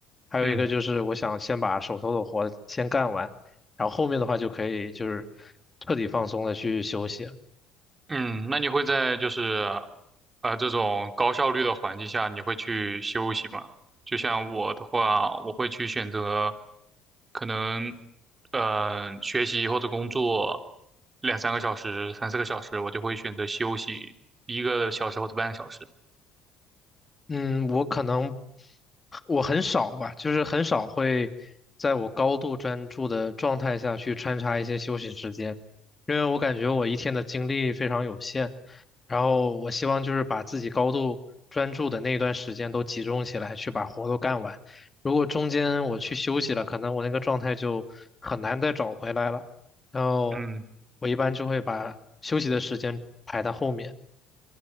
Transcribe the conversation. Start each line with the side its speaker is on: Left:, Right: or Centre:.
Left: 还有一个就是我想先把手头的活先干完，
Right: 嗯。
Left: 然后后面的话就可以就是彻底放松的去休息。
Right: 嗯，那你会在就是呃这种高效率的环境下，你会去休息吗？就像我的话，我会去选择可能呃学习或者工作两三个小时、三四个小时，我就会选择休息一个小时或者半个小时。
Left: 嗯，我可能我很少吧，就是很少会在我高度专注的状态下去穿插一些休息时间，因为我感觉我一天的精力非常有限，然后我希望就是把自己高度专注的那一段时间都集中起来去把活都干完。如果中间我去休息了，可能我那个状态就很难再找回来了。然后
Right: 嗯
Left: 我一般就会把休息的时间排到后面。